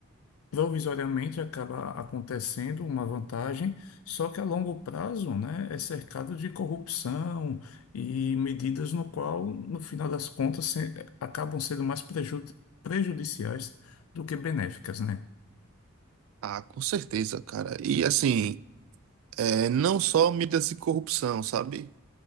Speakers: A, on the left; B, on the right.
A: provisoriamente acaba acontecendo uma vantagem, só que a longo prazo, né, é cercado de corrupção e medidas no qual, no final das contas, se- acabam sendo mais preju- prejudiciais do que benéficas, né?
B: Ah, com certeza, cara. E assim, é, não só medidas de corrupção, sabe?